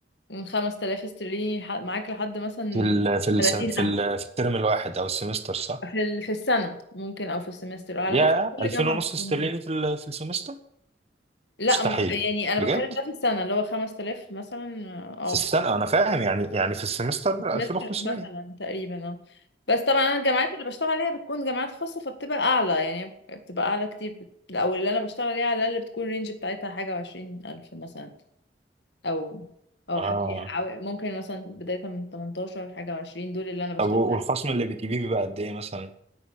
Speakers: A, on the left; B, on the right.
A: من 5000 استرليني ح- معاك لحد مثلا
B: في ال في ال
A: 30000
B: في ال في الترم الواحد او السمستر صح
A: في ال- في السنة ممكن او في السمستر على
B: يا
A: حسب كل
B: 2000
A: جامعة
B: ونص
A: بتنظمها.
B: استرليني في ال في السمستر
A: لا
B: مستحيل
A: ما- يعني انا
B: بجد
A: بتكلم ده في السنة اللي هو 5000 مثلا اه
B: في السنه انا فاهم يعني يعني في السمستر
A: سمستر
B: 2500
A: مثلا تقريبا اه بس طبعا انا الجامعات اللي بشتغل عليها بتكون جامعات خاصه فبتبقى اعلى يعني بتبقى اعلى كتير بت- او اللي انا بشتغل عليها على الاقل بتكون الرينج بتاعتها حاجه وعشرين الف مثلا او او
B: اه
A: حوالي حوالي- ممكن مثلا بدايه من 18 لحاجه وعشرين دول اللي انا بشتغل
B: طب والخصم
A: عليهم
B: اللي بتجيبيه بيبقى قد ايه مثلا